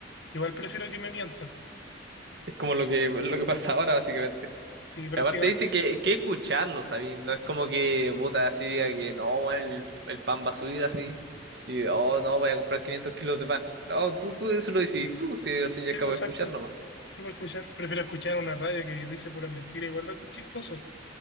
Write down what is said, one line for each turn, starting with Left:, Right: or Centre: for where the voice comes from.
Left: igual prefiero que me mientan.
Right: Es como lo que, lo que pasa ahora, básicamente.
Left: Sí, prácticamente,
Right: Aparte dice
Left: sí,
Right: que, que escucharlo, ¿sabes? No es como que puta así diga que no, bueno, el, el pan va a subir así y oh, no, voy a comprar 500 kilos de pan. No, tú, tú eso lo decís tú, si al fin
Left: sí,
Right: y al cabo
Left: pues
Right: escuchar
Left: exacto,
Right: nomás.
Left: sí puedo escuchar. Prefiero escuchar una radio que dice puras mentiras, igual va a ser chistoso.